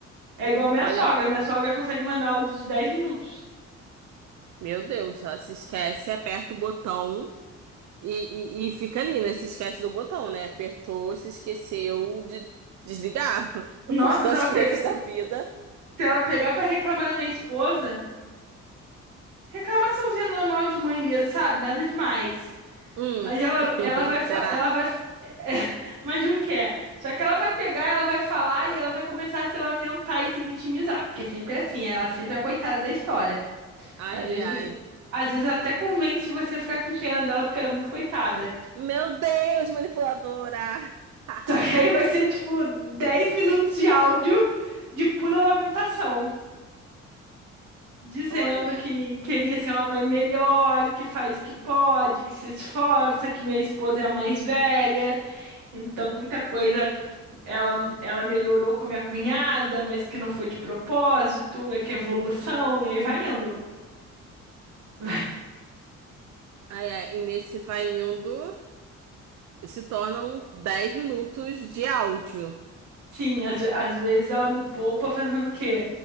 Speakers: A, on the right; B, on the right.
A: É igual a minha
B: Olha,
A: sogra. Minha sogra consegue mandar áudio de 10 minutos.
B: meu Deus, ela se esquece, aperta o botão. E, e, e fica ali, né? Se esquece do botão, né? Apertou, se esqueceu de desligar <laughs> pra
A: Nossa,
B: fazer
A: se
B: as
A: ela
B: coisas
A: pega,
B: da vida.
A: se ela pegar pra reclamar da minha esposa, reclamaçãozinha normal de mãe mesmo, sabe? Nada demais.
B: Hum.
A: Mas ela, ela vai, fa-
B: <laughs> Será?
A: ela vai, <laughs> mas juro que é. Só que ela vai pegar, ela vai falar e ela vai começar a se lamentar e se vitimizar, porque sempre é assim, ela sempre é a coitada da história.
B: Ai,
A: Às
B: ai,
A: vezes
B: ai.
A: você, às vezes ela até convence você a ficar com pena dela porque ela é muito coitada.
B: Meu Deus, manipuladora! <laughs>
A: <laughs> Só que aí vai ser tipo 10 minutos de áudio de pura lamentação, dizendo
B: Olha,
A: que queria ser uma mãe melhor, que faz o que pode, que se esforça, que minha esposa é a mais velha, então muita coisa ela, ela melhorou com a minha cunhada, mas que não foi de propósito, é que é evolução, e aí vai indo. <laughs> Vai.
B: ai, ai, e nesse vai indo, se tornam 10 minutos de áudio.
A: Sim, às, ve- às vezes ela me poupa fazendo o quê?